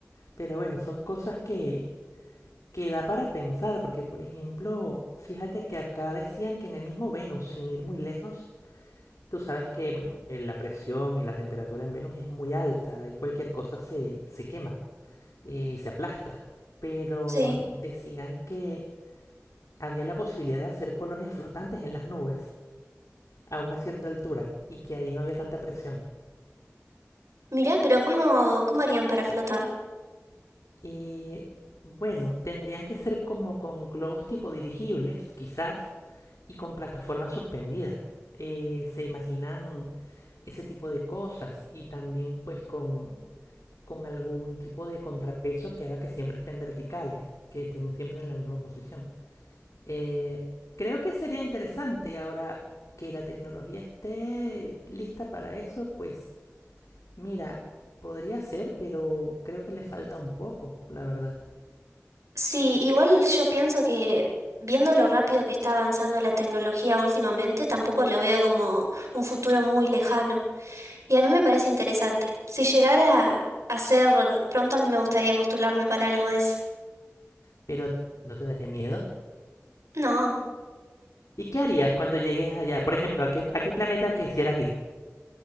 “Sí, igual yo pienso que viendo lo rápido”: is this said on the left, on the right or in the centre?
Right